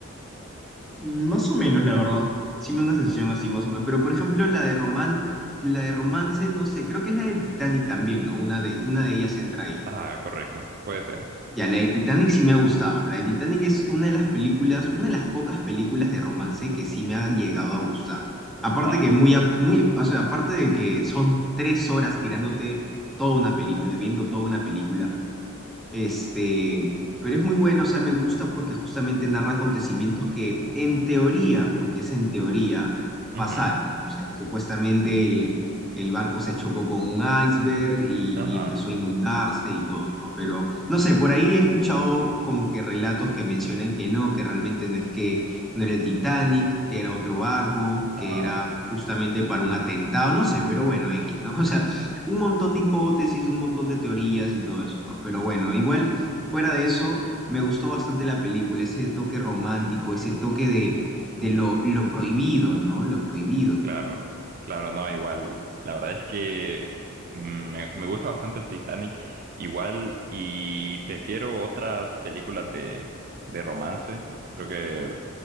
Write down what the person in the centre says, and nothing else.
Mm, Más o menos, la verdad. Sí me da una sensación así, más o menos. Pero, por ejemplo, la de roman, la de romance, no sé, creo que es la del Titanic también, ¿no? Una de, una de ellas entra ahí.
Ya, la de Titanic sí me ha gustado. La de Titanic es una de las películas, una de las pocas películas de romance que sí me ha llegado a gustar. Aparte
que muy, a- muy, o sea, aparte de que son tres horas tirándote toda una película, viendo toda una película, este, pero es muy bueno, o sea, me gusta porque justamente narra acontecimientos que en teoría, porque es en teoría,
pasaron, ¿no? O sea, que supuestamente el, el barco se chocó con un iceberg y,
y empezó a inundarse y todo, ¿no? Pero, no sé, por ahí he escuchado como que relatos que mencionan que no, que realmente no es que no era el Titanic, que era otro barco,
que era justamente para un atentado, no sé, pero bueno, X, ¿no? <laughs> O sea, un montón de hipótesis, un montón de teorías y todo eso, ¿no? Pero bueno, igual, fuera de eso, me gustó bastante la película, ese toque romántico, ese toque de, de lo, lo prohibido, ¿no? Lo prohibido.